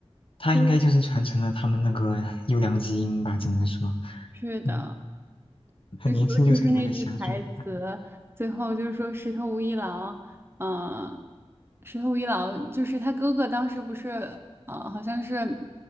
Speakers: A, on the left; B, on the right.
A: 他应该就是传承了他们那个优良基因吧，
B: 所以
A: 只能说，
B: 是的。
A: 嗯。很年轻就成为了侠柱。
B: 就尤其是那句台词，
A: 啊
B: 最后就是说石头无一郎，嗯、石头无一郎就是他哥哥，当时不是，呃，好像是